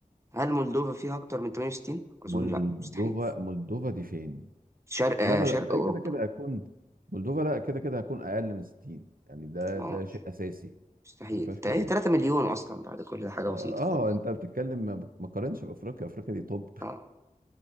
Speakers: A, on the right; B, on the right.
A: هل مولدوفا فيها اكتر من 68 اظن
B: مولدوفا
A: لا مستحيل
B: مولدوفا دي فين
A: شرق آه
B: لا لا
A: شرق
B: لا بقى
A: اوروبا
B: كده كده هتكون مولدوفا لا كده كده هتكون اقل من 60 يعني ده
A: اه
B: ده شيء اساسي
A: مستحيل
B: ما فيهاش
A: تا-
B: كلام
A: هي 3 مليون اصلا بعد كل ده حاجة
B: اه
A: بسيطة
B: آه،
A: خالص
B: انت بتتكلم ما ما قارنش بافريقيا افريقيا دي توب
A: اه